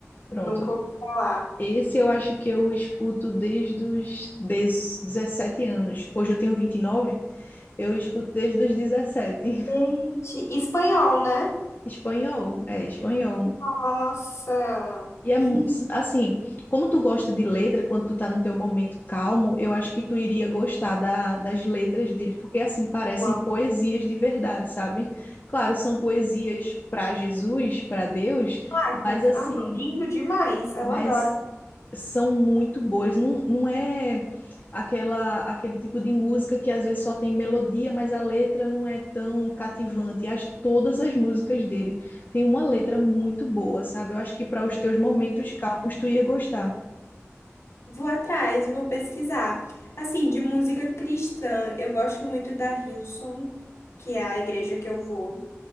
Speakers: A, on the left; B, on the left.
A: Pronto.
B: nunca ouvi falar.
A: Esse eu acho que eu escuto desde os dez dezessete anos. Hoje eu tenho 29. eu escuto desde os 17. <laughs>
B: Gente, espanhol, né?
A: Espanhol, é espanhol.
B: Nossa,
A: E é
B: menina,
A: mu- assim, como tu gosta de letra, quando tu tá no teu momento calmo, eu acho que tu iria gostar da- das letras dele, porque assim parecem
B: eu amo.
A: poesias de verdade, sabe? Claro, são poesias para Jesus, para Deus,
B: Michael,
A: mas assim,
B: ah, lindo demais, eu
A: mas
B: adoro.
A: são muito boas. Não, não é aquela aquele tipo de música que às vezes só tem melodia, mas a letra não é tão cativante. As, todas as músicas dele têm uma letra muito boa, sabe? Eu acho que para os teus momentos calmos tu ia gostar.
B: Vou atrás, eu vou pesquisar. Assim, de música cristã, eu gosto muito da Hillsong, que é a igreja que eu vou.